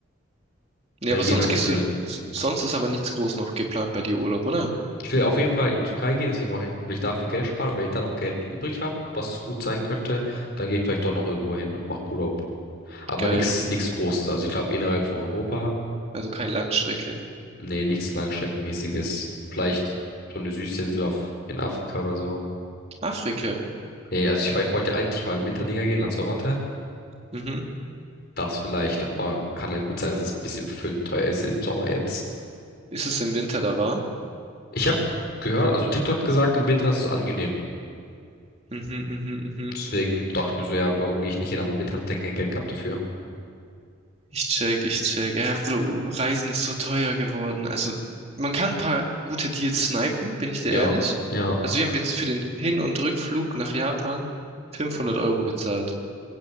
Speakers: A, on the right; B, on the left.
A: Ja,
B: Ja,
A: aber
B: je
A: sonst
B: nachdem.
A: gehst du, s- sonst ist aber nichts groß noch geplant bei dir Urlaub, oder?
B: Ich will auf jeden Fall in die Türkei gehen, deswegen mache ich, will ich dafür Geld sparen. Und wenn ich da noch Geld übrig habe, was gut sein könnte, dann gehe ich vielleicht doch noch irgendwo hin und mache Urlaub. Aber
A: Geil.
B: nichts, nichts Großes. Also ich glaube innerhalb von Europa,
A: Also keine Langstrecke.
B: nee, nichts Langstreckenmäßiges. Vielleicht so eine Süßinsel auf, in Afrika oder so.
A: Afrika.
B: Nee, also ich, war- ich wollte eigentlich mal im Winterdinger gehen, Lanzarote.
A: Mhm.
B: Das vielleicht, aber kann halt gut sein, dass es ein bisschen befüllt und teuer ist im Sommer jetzt.
A: Ist es im Winter da warm?
B: Ich habe gehört, also TikTok hat gesagt, im Winter ist es angenehm.
A: Mhm, mhm, mhm.
B: Deswegen dachte ich mir so, ja, warum gehe ich nicht hin? Aber im Winter hat er kein Geld gehabt dafür.
A: Ich check, ich check. Ja, Bro, Reisen ist so teuer geworden. Also, man kann ein paar gute Deals snipen, bin ich dir
B: Ja,
A: ehrlich.
B: ja.
A: Also, wir haben jetzt für den Hin- und Rückflug nach Japan 500 Euro gezahlt.